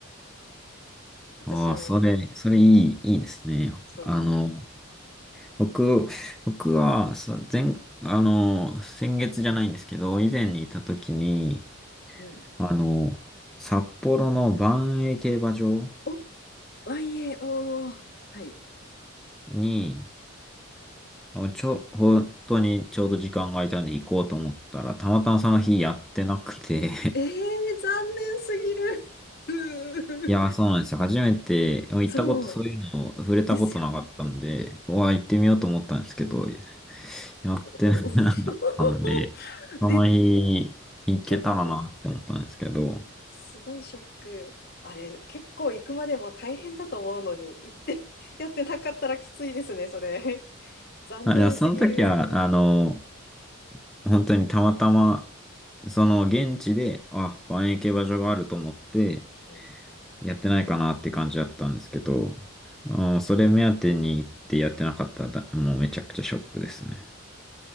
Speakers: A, on the left; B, in the centre.
A: 私も、
B: ああ、それ、それいい、いいですね。
A: そ
B: あの、僕、僕は、さ、前、あの、先月じゃないんですけど、以前にいた時に、
A: う、うん。
B: あの、札幌の万栄競馬場
A: お、YAO、はい。
B: に、あちょ、本当にちょうど時間が空いたんで行こうと思ったら、たまたまその日やってなくて
A: ええー、残念すぎる。<laughs> うー
B: いやー、そうなんですよ。初めて、行ったこと、
A: そう、
B: そういうのを触れたことなかったんで、
A: ですよね。
B: うわー、行ってみようと思ったんですけど、やってなかったんで、
A: おお <laughs>
B: その日、
A: え、
B: 行けたらなって思ったんですけど、
A: ショック。すごいショック。あれ、結構行くまでも大変だと思うのに、行って <laughs> やってなかったらきついですね、それ。残念すぎる。
B: あ、でもその時は、あの、本当にたまたま、その現地で、あ、万円競馬場があると思って、
A: うん、
B: やってないかなって感じだったんですけど、あー、それ目当てに行ってやってなかったら、だもうめちゃくちゃショックですね。